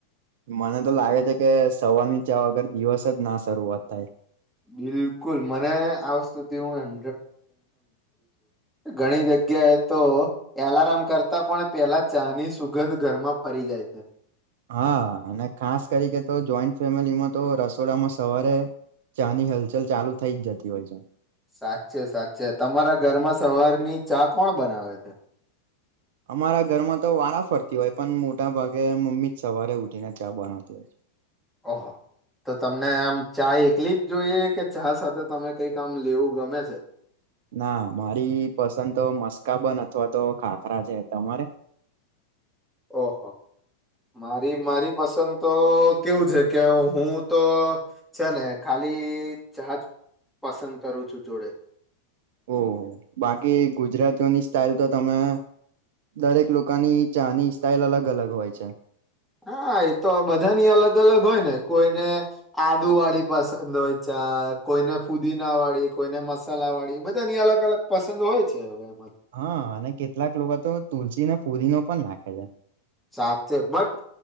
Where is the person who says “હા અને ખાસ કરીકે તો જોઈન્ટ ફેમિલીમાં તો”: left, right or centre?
Right